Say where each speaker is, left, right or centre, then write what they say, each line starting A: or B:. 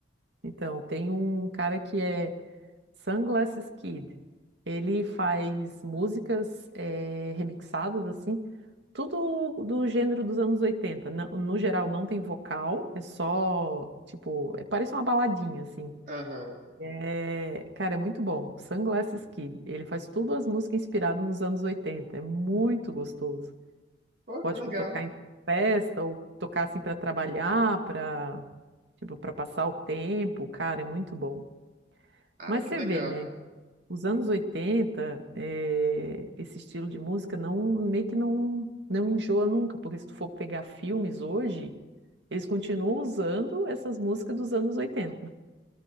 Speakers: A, on the right; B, on the right.
A: Então, tem um cara que é Sunglasses Kid. Ele faz músicas eh, remixadas assim, tudo do gênero dos anos 80. Na- No, geral não tem vocal, é só, tipo, é- parece uma baladinha assim.
B: Aham.
A: É, cara, é muito bom. Sunglasses Kid. Ele faz tudo as músicas inspiradas nos anos oitenta É muito gostoso.
B: Pô,
A: Pode
B: que legal.
A: co- tocar em festa ou tocar assim para trabalhar, para tipo para passar o tempo. Cara, é muito bom.
B: Ai,
A: Mas
B: que
A: você
B: legal.
A: vê, né? Os anos 80 é, esse estilo de música não meio que não não enjoa nunca, porque se tu for pegar filmes hoje, eles continuam usando essas músicas dos anos oitenta